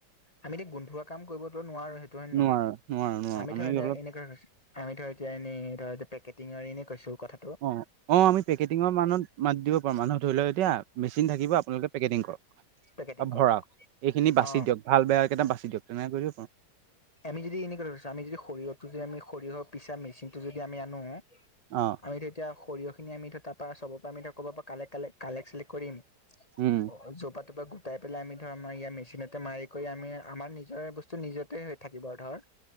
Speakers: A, on the left; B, on the right.
A: আমি <unintelligible> গোন্ধোৱা কাম কৰিবতো নোৱাৰো, সেইটো হয়নে
B: নোৱাৰো
A: নহয়! <unintelligible>
B: নোৱাৰো নোৱাৰো
A: আমি ধৰ,
B: অলপ
A: এতিয়া এনেই ধৰ, পেকেটিঙৰ এনে কৈছো কথা
B: অ, অ, আমি পেকেটিঙৰ মানত মাতি দিব পাৰোঁ, মানুহ ধৰি লওক এতিয়া মেচিন থাকিব, আপোনালোকে পেকেটিং কৰক
A: পেকেটিং
B: বা
A: কৰক
B: ভৰাওক, এইখিনি বাছি
A: অ
B: দিয়ক, ভাল-বেয়া কেইটা বাছি দিয়ক। <unintelligible>
A: আমি যদি এনেকুৱা ধৰিছো চোৱা, আমি যদি সৰিয়হটো যে আমি সৰিয়হ পিছা মিচিনটো যদি আমি আনো
B: অঁ।
A: আমি ধৰ এতিয়া, সৰিয়হখিনি আমি তাৰ পৰা, চবৰ পৰা, আমি ধৰ, ক'ৰবাৰ পৰা ক কালেক- চালেক কৰিম
B: উম।
A: য'ৰ পৰা, ত'ৰ পৰা গোটাই পেলাই, আমি ধৰ, আমাৰ ইয়াৰ মেচিনতে মাৰি কৰি, আমি আমাৰ নিজৰে বস্তু বস্তু নিজতে থাকিব আৰু ধৰ,